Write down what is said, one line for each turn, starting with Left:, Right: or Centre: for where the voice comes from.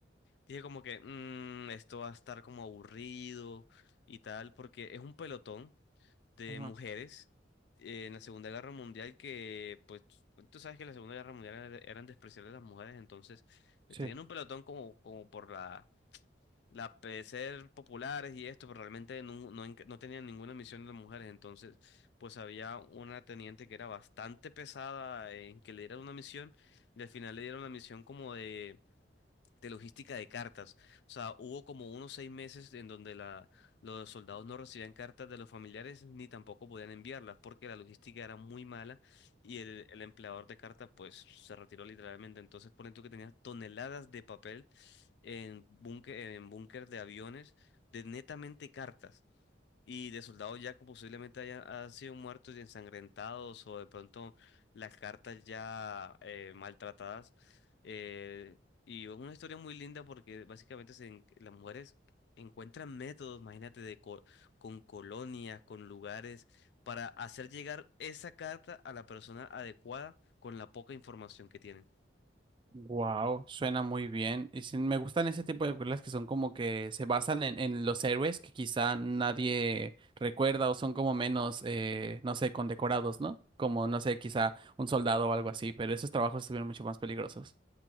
Left: Dije como que "Mm, esto va a estar como aburrido y tal, porque es un pelotón de
Right: ujú,
Left: mujeres eh, en la Segunda Guerra Mundial que, pues, tú sabes que en la Segunda Guerra Mundial era- eran, despreciables las mujeres, entonces eh,
Right: Sí.
Left: tenían un pelotón como, como por la, la pe- ser populares y esto, pero realmente no, no, enc- no tenían ninguna misión de mujeres, entonces, pues había una teniente que era bastante pesada en que le dieran una misión y al final le dieron una misión como de de logística de cartas. O sea, hubo como unos seis meses en donde la, los soldados no recibían cartas de los familiares ni tampoco podían enviarlas porque la logística era muy mala y el, el empleador de cartas pues se retiró literalmente. Entonces, ponen tú que tenías toneladas de papel en búnker, en búnker de aviones de netamente cartas. Y de soldados ya que posiblemente hayan, han sido muertos y ensangrentados o de pronto las cartas ya eh, maltratadas. Eh, y es una historia muy linda porque básicamente se en- las mujeres encuentran métodos, imagínate, de co- con colonias, con lugares, para hacer llegar esa carta a la persona adecuada con la poca información que tienen.
Right: Wow, suena muy bien. Y sí, me gustan ese tipo de películas que son como que se basan en, en los héroes que quizá nadie recuerda o son como menos, eh, no sé, condecorados, ¿no? Como, no sé, quizá un soldado o algo así, pero esos trabajos estuvieron mucho más peligrosos.